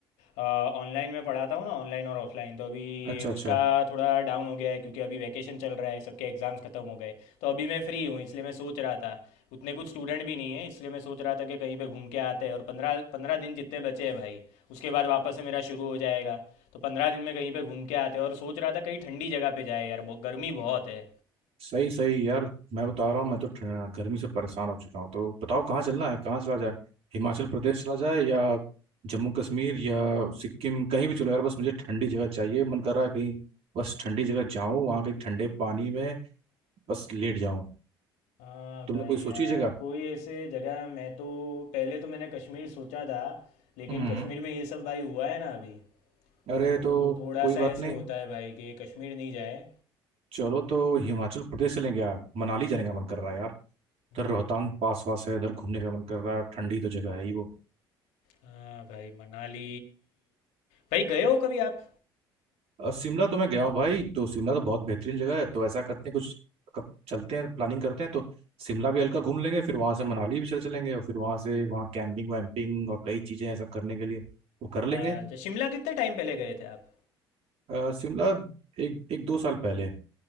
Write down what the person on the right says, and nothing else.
अच्छा
अच्छा
सही सही यार मैं बता रहा हूँ मैं तो ठं- गर्मी से परेशान हो चुका हूँ तो बताओ कहाँ चलना है कहाँ चला जाए हिमाचल प्रदेश चला जाए या जम्मू कश्मीर या सिक्किम कहीं भी चलो यार बस मुझे ठंडी जगह चाहिए मन कर रहा है कहीं बस ठंडी जगह जाऊँ वहाँ कहीं ठंडे पानी में बस लेट जाऊँ
तुमने
कोई
सोची जगह
हम्म
अरे
तो
कोई बात
नहीं
चलो तो हिमाचल प्रदेश चलें क्या मनाली जाने का मन कर रहा है यार
उधर रोहतांग पास वास है उधर घूमने का मन कर रहा है और ठंडी तो जगह है ही वो
अ, शिमला तो मैं गया हूँ भाई तो शिमला तो बहुत बेहतरीन जगह है तो ऐसा करते हैं कुछ कब चलते हैं प्लानिंग करते हैं तो शिमला भी हल्का घूम लेंगे फिर वहां से मनाली भी चल चलेंगे और फिर वहां से वहाँ कैंपिंग वैम्पिंग और कई चीजें हैं सब करने के लिए वो कर लेंगे
अ, शिमला एक एक दो साल पहले